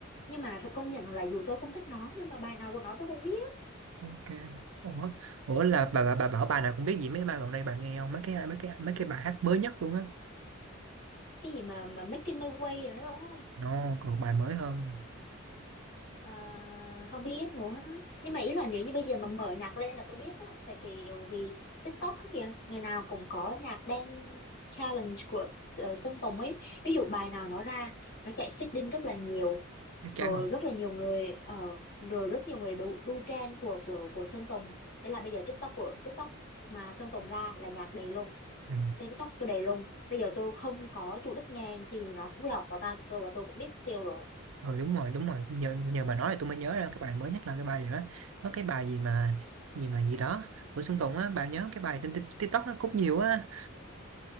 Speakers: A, on the left; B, on the right.
A: nhưng mà phải công nhận là dù tôi không thích nó nhưng mà bài nào của nó tôi cũng biết
B: ok ủa ủa
A: Ừm,
B: là bà bà bà bảo bà nào cũng biết gì mấy bài gần đây bà nghe không mấy cái mấy cái mấy cái bài hát mới nhất luôn á
A: cái gì mà mà Making My Way rồi đó đúng không
B: no còn bài mới hơn
A: Ờ, không biết nữa nhưng mà ý là nếu như bây giờ mà mở nhạc lên là tôi biết á tại kiểu vì TikTok á kìa ngày nào cũng có nhạc dance challenge của ờ, Sơn Tùng ấy ví dụ bài nào nó ra nó chạy xích đinh rất là nhiều
B: chắc chắn
A: rồi
B: rồi
A: rất là nhiều người ờ, rồi rất nhiều người đu, đu trend của của của Sơn Tùng thế là bây giờ TikTok của TikTok mà Sơn Tùng ra là nhạc đầy luôn
B: Ừ.
A: trên TikTok tôi đầy luôn bây giờ tôi không có chủ đích nghe thì nó cũng lọt vào tai của tôi và tôi cũng biết tiêu rồi
B: Ừ, đúng rồi đúng rồi nhờ, nhờ bà nói thì tôi mới nhớ ra cái bài mới nhất là cái bài gì đó có cái bài gì mà gì mà gì đó của Sơn Tùng á bà nhớ cái bài trên Tik- TikTok nó cũng nhiều á